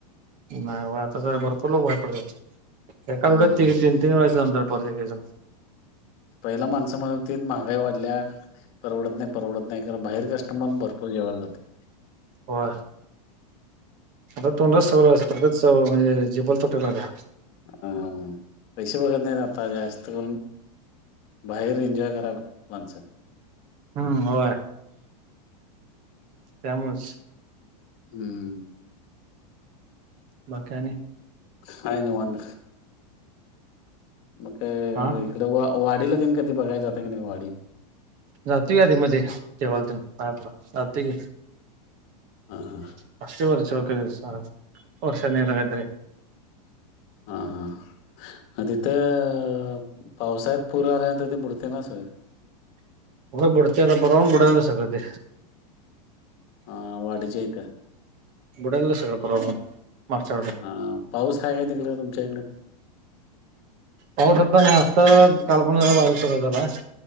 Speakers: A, on the right (about 40°); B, on the left (about 45°).
A: नाही व आता भरपूर लोक बाहेर पडतात, एका
B: हं.
A: रड त तीन-तीन व्हायचं <unintelligible>
B: पहिला माणस म्हणत होतीत महागाई वाढल्या परवडत नाही, परवडत नाही खरं बाहेर कस्टमर भरूर जवायला जाते.
A: वा. आता तोंडा <unintelligible> म्हणजे जिबल तटोल आल्या.
B: अ पैसे बघत नाहीत आता जास्त <unintelligible> बाहेर एन्जॉय करायला माणसं.
A: हम्म होय. त्यामुळच.
B: हम्म.
A: बा काय आणि?
B: हाय निवांन, मग
A: हा
B: त वा वाडीला देन कधी बघाय जातंय की नाही वाढडी.
A: जातोय आधी मध्ये तेवाल तेन पायापड जातोय <unintelligible>
B: हा हा.
A: <unintelligible>
B: हा हा. तिथं पावसाळ्यात पुरं आल्यानंतर ते बुडते ना सगळं.
A: होय बुडतय आता परवा बुडाल सगळ ते.
B: हा वाढीच्या इथं.
A: बुडाल सगळं परवा पण, मागच्या
B: हा पाऊस आहे काय तिकडं तुमच्या इकडं.
A: पाऊस आता नाही आत्ता <unintelligible>